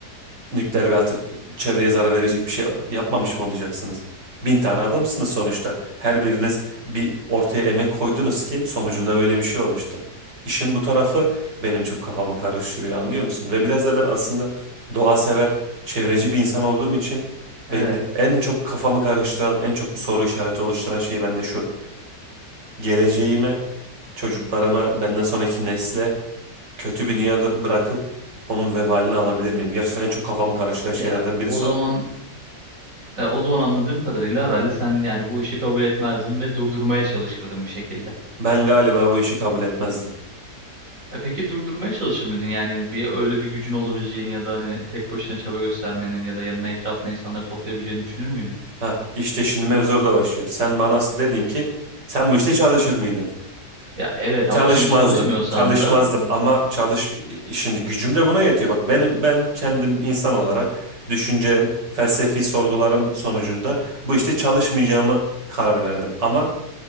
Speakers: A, on the right; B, on the right.
A: nükleer bir atık çevreye zarar verecek bir şey yapmamış mı olacaksınız? Bin tane adamsınız sonuçta. Her biriniz bir ortaya emek koydunuz ki sonucunda böyle bir şey oluştu. İşin bu tarafı benim çok kafamı karıştırıyor anlıyor musun? Ve biraz da ben aslında doğa sever, çevreci bir insan olduğum için
B: Evet.
A: ve en çok kafamı karıştıran, en çok soru işareti oluşturan şey bende şu. Geleceğime, çocuklarıma, benden sonraki nesle kötü bir dünyada bırakıp onun vebalini alabilir miyim? Gerçekten en çok kafamı karıştıran
B: Ya
A: şeylerden birisi
B: o zaman
A: o.
B: e, o zaman anladığım kadarıyla herhalde sen yani bu işi kabul etmezdin ve durdurmaya çalışırdın bir şekilde.
A: Ben galiba bu işi kabul etmezdim.
B: E peki durdurmaya çalışır mıydın? Yani bir öyle bir gücün olabileceğini ya da hani tek başına çaba göstermenin ya da yanına etrafına insanları toplayabileceğini düşünür müydün?
A: Hah işte şimdi mevzu orada başlıyor. Sen bana dedin ki sen bu işte çalışır mıydın?
B: Ya evet
A: Çalışmazdım.
B: ama şimdi çalışmıyorsan
A: Çalışmazdım
B: da
A: ama çalış şimdi gücüm de buna yetiyor. Bak ben ben kendim insan olarak düşüncem, felsefi sorgularım sonucunda bu işte çalışmayacağımı karar verdim. Ama